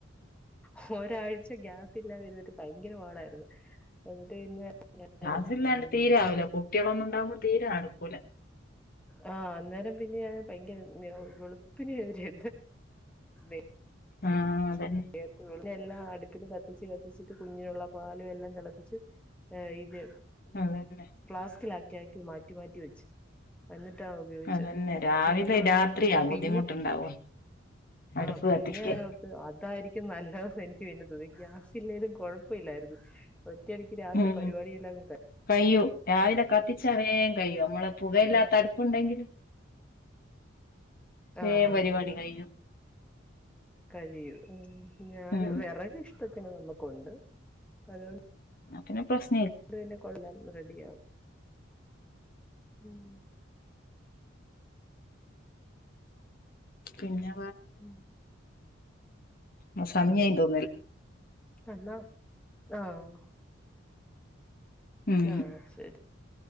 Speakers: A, in the centre; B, on the left.
A: ഹൊരാഴ്ച ഗ്യാസില്ലാതിരുന്ന്ട്ട് ഭയങ്കര വഹളായിരുന്നു എന്നിട്ട് പിന്നെ
B: ഗാസ്സില്ലാണ്ട്
A: ഉം
B: തീരേ ആവൂല കുട്ട്യാള് ഒന്നും ഇണ്ടാവുമ്പോ തീരെ നടുക്കൂല
A: ആ അന്നേരം പിന്നെ ഞാൻ ഭയങ്കര വെൾ വെളുപ്പിനെറ്റ് <unintelligible>
B: ആഹ്. അതന്നെ
A: നേർ <unintelligible> എല്ലാം അടുപ്പില് കത്തിച്ച് കത്തിച്ചിട്ട് കുഞ്ഞിനുള്ള പാലും എല്ലാംതെള പ്പിച്ച് ഏ ഇത്
B: അതന്നെ
A: ഫ്ലാസ്ക്കിലാക് ലാക്കി മാറ്റി മാറ്റി വെച്ച് അന്നിട് ട്ടഉപയോഗിച്ച്
B: അതന്നെ രാവിലെ
A: പക്ഷെ എനിക്ക് തോന്ന്ന്
B: രാത്രിയാ
A: പിന്നെ
B: ബുദ്ധിമുട്ടുണ്ടാവ അടുപ്പ്
A: ആഹ്
B: കത്തിക്കാൻ
A: പിന്നെ ഞാനോർത്ത് അത് തായിരിക്കും നല്ലത് എനിക്ക് പിന്നെ തോന്നി ഗ്യാസില്ലെലും കൊഴപ്പല്ലായിരുന്നു ഒ റ്റടിക്ക് രാവിലെ
B: ഉം
A: പരിപാടിയെല്ലാന് കയി
B: കയ്യും രാവിലെ കത്തിച്ച വേം കഴിയും മ്മളെപുകയില്ലാത്തടുപ്പുണ്ടെങ്കില്
A: കഴി
B: വേം
A: ആഹ്
B: പരിപാടി
A: ആഹ് ആഹ്
B: കയ്യും.
A: കഴിയും ആ ഞാന്
B: ഉം
A: വെറകിഷ്ട്ടത്തിനുണ്ട് നമ്മക്കുണ്ട് അതുകൊണ്ട്
B: എന്ന പിന്നെ പ്രശ്
A: ണ്ടുപിന്നെ കൊടന്നാൽ റെഡിയാവും. ഉം.
B: പിന്നെ
A: മ്മ്.
B: ആ സമി ആയി ദോ
A: ആ എന്നാ ആഹ്
B: ഉം
A: ആഹ് ശരി